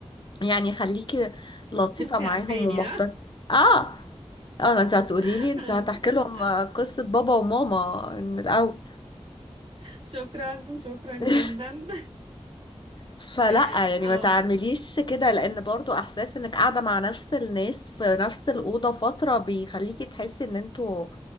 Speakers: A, on the left; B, on the right.
A: يعني خليكي
B: <laughs>
A: لطيفة
B: انتي
A: معاهم
B: عارفاني
A: ومحترمة
B: ها
A: اه اه انت هتقولي
B: <laughs>
A: لي انت هتحكي لهم آه، قصة بابا وماما من الاول
B: شكرا شكرا جدا
A: <laughs> فلا
B: <laughs>
A: يعني
B: اه
A: ما تعمليش كده لان برضو احساس انك قاعدة مع نفس الناس في نفس الأوضة فترة بيخليكي تحسي ان انتوا